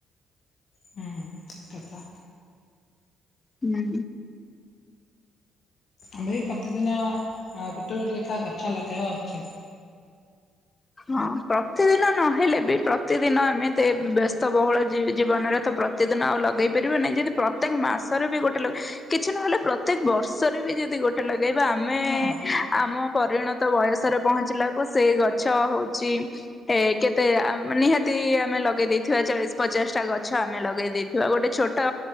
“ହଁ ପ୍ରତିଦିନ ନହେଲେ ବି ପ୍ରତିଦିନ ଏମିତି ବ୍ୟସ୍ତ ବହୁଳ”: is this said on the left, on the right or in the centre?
Left